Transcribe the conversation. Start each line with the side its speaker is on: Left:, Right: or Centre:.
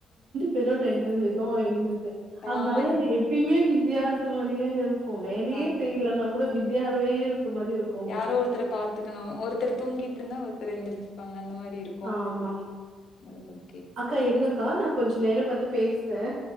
Right: பேறு ரெண்டு வேத்தோ எழுந்தி அது
Left: ஆமா.
Right: நாள நா எப்யுமே பிஸியா இருக்க மாரியே ஓ வேலையே
Left: ஆ
Right: செய்யலனா கூட பிஸியாவே மாரி இருக்குங்க
Left: யாரோ ஒருத்தர பாத்துக்கணு ஒருத்தர் தூங்கிட்டு இருந்தா ஒருத்தர் எந்திரிச்சு அந்த மாரி இருக்கு
Right: ஆமா
Left: ம்
Right: அக்கா இருங்கக்கா நா கொஞ்சோ நேரோ பத் து பேசுறேன்